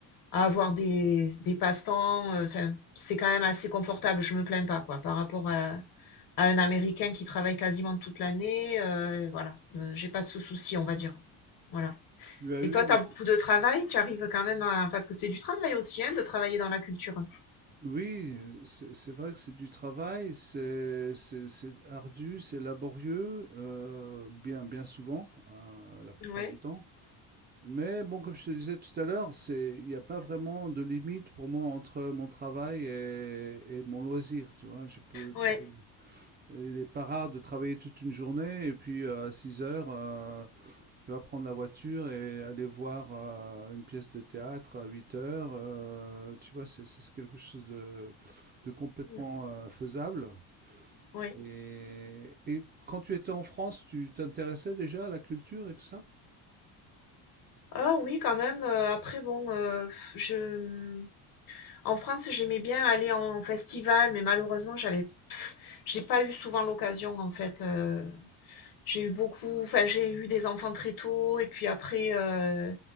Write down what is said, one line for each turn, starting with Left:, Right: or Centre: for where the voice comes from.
Left: à avoir des des passe-temps, heu, enfin c'est quand même assez confortable, je me plains pas quoi par rapport à à Un Américain qui travaille quasiment toute l'année, heu, voilà, heu, j'ai pas de ce souci, on va dire. Voilà.
Right: Tu as eu...
Left: Et toi,
Right: un-
Left: tu as beaucoup de travail? Tu arrives quand même à parce que c'est du travail aussi, hein, de travailler dans la culture?
Right: Oui, c'est c'est vrai que c'est du travail, c'est c'est- c'est ardu, c'est laborieux, euh, bien, bien souvent, euh, la plupart
Left: Ouais,
Right: du temps. Mais bon, comme je te disais tout à l'heure, c'est, il n'y a pas vraiment de limite pour moi entre mon travail et, et mon loisir, tu vois, je peux
Left: ouais,
Right: travailler. Euh, Il n'est pas rare de travailler toute une journée et puis euh, à 6 heures, euh, tu vas prendre la voiture et aller voir euh, une pièce de théâtre à 8 heures. euh, tu vois, c'est c'est quelque chose de, de complètement
Left: mmh,
Right: euh, faisable.
Left: ouais.
Right: Et, et quand tu étais en France, tu t'intéressais déjà à la culture et tout ça?
Left: Ah oui, quand même, heu, après bon, heu, je, mmh, en France, j'aimais bien aller en festival, mais malheureusement, j'avais j'ai pas eu souvent l'occasion en fait, heu J'ai eu beaucoup, enfin j'ai eu des enfants très tôt et puis après euh,